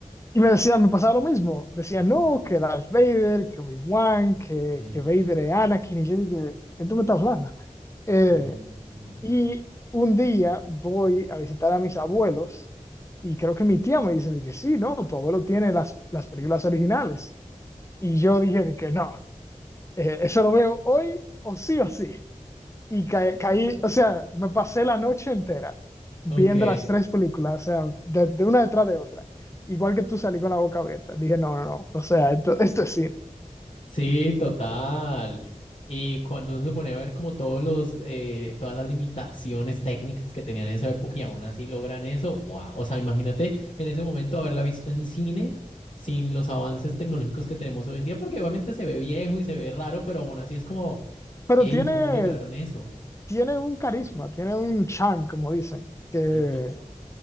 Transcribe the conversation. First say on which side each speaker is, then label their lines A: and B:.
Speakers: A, on the left; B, on the left.
A: y me decían, me pasaba lo mismo, decían, no, que Darth Vader, que Obi-Wan, que,
B: eh,
A: que Vader es Anakin, y yo dije, ¿qué tú me estás hablando?
B: sí.
A: Eh, y un día voy a visitar a mis abuelos y creo que mi tía me dice de que sí, no, tu abuelo tiene las, las películas originales. Y yo dije de
B: ok.
A: que no, eh, eso lo veo hoy o sí o sí. Y ca- caí, o sea, me pasé la noche entera viendo
B: Ok,
A: las tres películas, o sea, de, de una detrás de otra. Igual que tú salí con la boca abierta. Dije, no, no, no, o sea, esto, esto es cine.
B: Sí, total. Y cuando uno se pone a ver como todos los, eh, todas las limitaciones técnicas que tenían en esa época y aún así logran eso, wow. O sea, imagínate en ese momento haberla visto en cine sin los avances tecnológicos que tenemos hoy en día, porque obviamente se ve viejo y se ve raro, pero aún así es como,
A: Pero
B: hey,
A: tiene,
B: ¿cómo lograron eso?
A: tiene un carisma, tiene un charm, como dicen, que
B: Sí, total.